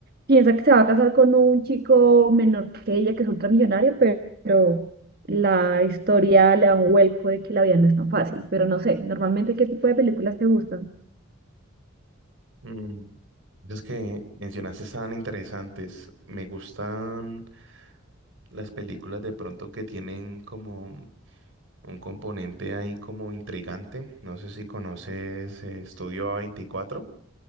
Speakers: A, on the right; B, on the right.
A: piensa que se va a casar con un chico menor que ella, que es ultramillonario, pero, pero la historia le da un vuelco de que la vida no es tan fácil. Pero no sé, normalmente, ¿qué tipo de películas te gustan?
B: Mm, Esas que mencionaste estaban interesantes. Me gustan las películas de pronto que tienen como un componente ahí como intrigante. No sé si conoces eh, Estudio A24.